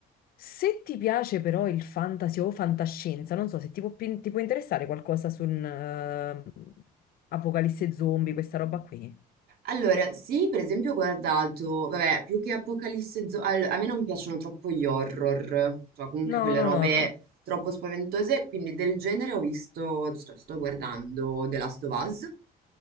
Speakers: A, on the left; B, on the right.
A: Se ti piace però il fantasy o fantascienza, non so se ti può, pi- ti può interessare qualcosa su un eh, Apocalisse zombie, questa roba qui.
B: Allora, sì, per esempio ho guardato, vabbè, più che Apocalisse Zo- all- a me non piacciono troppo gli horror, cioè comunque
A: No,
B: quelle
A: non
B: robe
A: horror.
B: troppo spaventose, quindi del genere ho visto, sto, sto guardando The Last of Us,